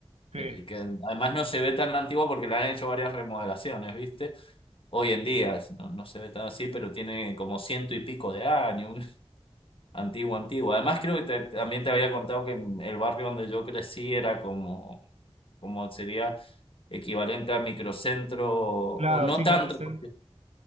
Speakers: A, on the right; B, on the left.
A: Sí,
B: que, que además no se ve tan antigua porque le han hecho varias remodelaciones, ¿viste? Hoy en día no, no se ve tan así, pero tiene como ciento y pico de años, una- antigua, antigua. <laughs> Además creo que te- también te había contado que el barrio donde yo crecí era como, como sería equivalente a microcentro, o
A: claro,
B: no
A: sí,
B: tanto,
A: como el cen-
B: porque,